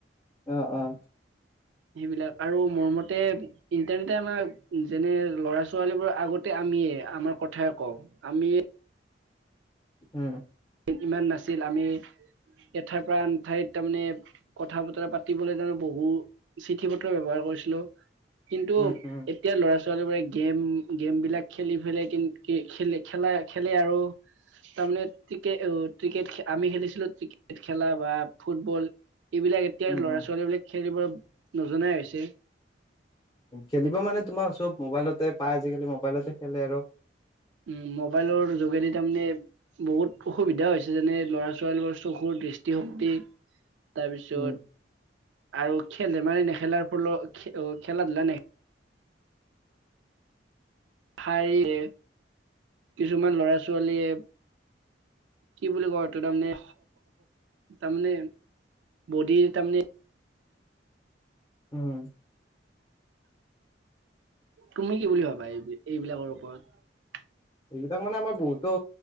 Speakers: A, on the left; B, on the right.
A: আহ আহ।
B: সেইবিলাক আৰু মোৰ মতে ইণ্টাৰনেটে আমাৰ যেনে ল'ৰা ছোৱালীবোৰ, আগতে আমিয়ে আমাৰ কথাই কওঁ আমিয়ে
A: উম।
B: ইমান নাছিল আমি এঠাইৰ পৰা আন ঠাইত তাৰমানে কথা বতৰা পাতিবলে তাৰমানে বহু চিঠি পত্ৰ ব্যৱহাৰ কৰিছিলো। কিন্তু,
A: উম উম
B: এতিয়া ল'ৰা ছোৱালী বোৰে গেম গেম বিলাক খেলি পেলাই কিন্ত, খেলা খেলে আৰু তাৰমানে ক্ৰিকেট উ আমি খেলিছিলো ক্ৰিকেট খেলা বা ফুটবল এইবিলাক এতিয়া
A: উম
B: ল'ৰা ছোৱালী বিলাক খেলিব নজনাই হৈছে।
A: খেলিব মানে তোমাৰ চব মোবাইলত তে পাই আজিকালি মোবাইলতে খেলে আৰু।
B: উ মোবাইলৰ যোগেদি তাৰমানে বহুত অসুবিধা হৈছে যেনে লৰা ছোৱালীৰৰ চকুৰ দৃষ্টিশক্তি তাৰপিছত
A: উম
B: আৰু খেলে ধেমালি নেখেলাৰ ফলত অ' খেলা ধূলা নে <unintelligible> কিছুমান লৰা ছোৱালীয়ে, কি বুলি কয়, তাৰমানে, তাৰমানে বডিৰ তাৰমানে
A: উম।
B: তুমি কি বুলি ভাবা এই এইবিলাকৰ ওপৰত?
A: এইকেইটাক মানে আমাৰ বহুতো